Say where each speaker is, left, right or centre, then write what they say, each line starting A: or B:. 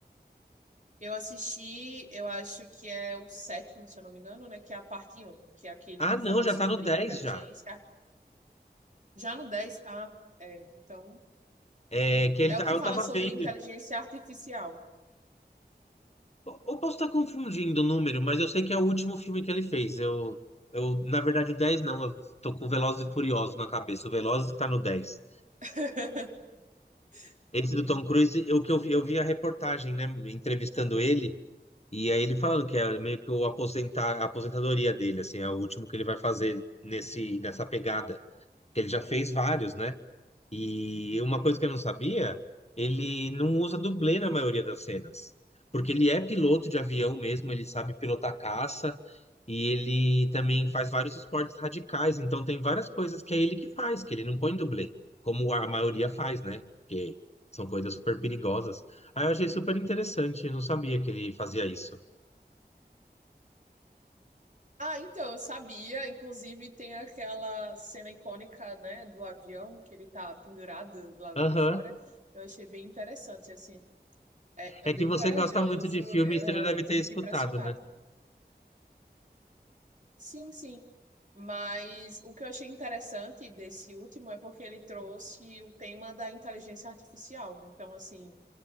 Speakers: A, on the right (about 45°); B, on the left (about 40°).
A: Eu assisti, eu acho que é o sétimo, se eu não me engano, né? Que é a parte um, que é aquele
B: Ah,
A: que
B: não,
A: fala
B: já
A: sobre
B: tá no dez
A: inteligência.
B: já.
A: ar- Já no dez ah, é, então.
B: É que ele,
A: É
B: tá-
A: o que
B: eu
A: fala
B: tava
A: sobre
B: vendo.
A: inteligência artificial.
B: Eu posso estar confundindo o número, mas eu sei que é o último filme que ele fez. Eu, eu, na verdade, o 10 não, eu tô com Velozes e Furiosos na cabeça. O Velozes que tá no dez.
A: <laughs> Sim.
B: Esse do Tom Cruise, eu que eu vi, eu vi a reportagem, né, entrevistando ele. E aí ele falando que é meio que o aposentar, a aposentadoria dele, assim, é o último que ele vai fazer nesse, nessa pegada. Que ele já fez vários, né? E uma coisa que eu não sabia, ele não usa dublê na maioria das cenas. Porque ele é piloto de avião mesmo, ele sabe pilotar caça, e ele também faz vários esportes radicais, então tem várias coisas que é ele que faz, que ele não põe dublê, como a maioria faz, né? Porque são coisas super perigosas. Aí eu achei super interessante, eu não sabia que ele fazia isso.
A: Ah, então, eu sabia. Inclusive, tem aquela cena icônica, né, do avião, que ele tá pendurado do lado
B: Aham.
A: de fora. Eu achei bem interessante, assim. É é
B: É
A: bem
B: que você
A: corajoso,
B: gosta muito de
A: eu
B: filme, você
A: realmente
B: já deve ter
A: fico
B: escutado,
A: impressionado.
B: né?
A: Sim, sim. Mas o que eu achei interessante desse último é porque ele trouxe o tema da inteligência artificial. Então, assim,